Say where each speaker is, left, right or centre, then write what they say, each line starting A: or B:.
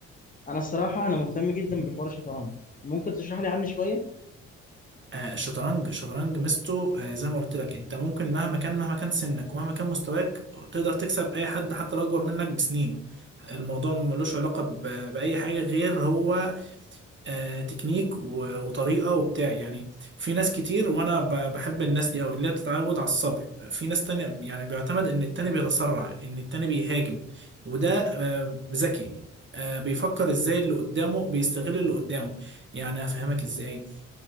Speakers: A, on the left (about 20°); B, on the right (about 30°).
A: انا الصراحة انا مهتم جدا بحوار الشطرنج ممكن تشرح لي عنه شوية
B: آه الشطرنج الشطرنج ميزته آه زي ما قلت لك انت ممكن مهما كان مهما كان سنك ومهما كان مستواك تقدر تكسب اي حد حتى لو اكبر منك بسنين الموضوع ملوش علاقه ب- باي حاجه غير هو آه، تكنيك و- وطريقة وبتاع يعني في ناس كتير وانا ب- بحب الناس دي او اللي هي بتتعود على الصبر في ناس تانية يعني بيعتمد ان التاني بيتسرع ان التاني بيهاجم وده آه، ذكي آه، بيفكر ازاي اللي قدامه بيستغل اللي قدامه يعني هفهمك ازاي